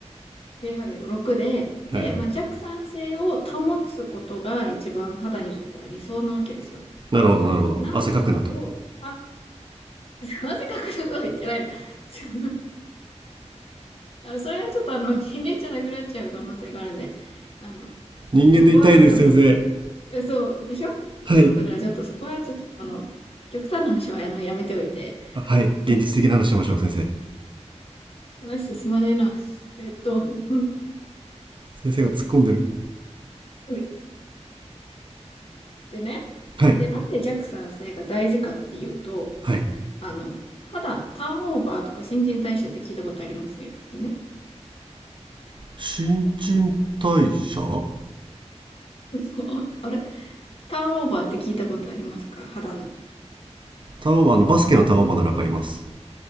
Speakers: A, on the left; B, on the right.
A: pH6 でろくで、
B: はいはい。
A: で、まあ、弱酸性を保つことが一番肌にとっては理想なわけですよ。
B: なるほど、なるほど。
A: で、なんでかっていうと、
B: 汗かくなと。
A: た、<laughs> なぜかくなこと言ってない。<laughs> ちょあの、それはちょっとあの、人間じゃなくなっちゃう可能性があるんで、あの、
B: 人間で痛いです、
A: ちょっとそこは、あの、
B: 先生。
A: えそう、でしょそう、
B: はい。
A: だからちょっとそこはちょっとあの、極端な話はあの、やめておいて、
B: あはい。
A: うん、
B: 現実的な話しましょう、先生。
A: 話進まねえな。えっと、<laughs>
B: 先生が突っ込んでる。
A: うんでね、
B: はい。
A: で、なんで JAXA 製が大事かっていうと、
B: はい。
A: あの、肌、ターンオーバーとか新陳代謝って聞いたことありますよね
B: 新陳代謝
A: <laughs> そうあれターンオーバーって聞いたことありますか肌の。
B: ターンオーバーあの、バスケのターンオーバーならわかります。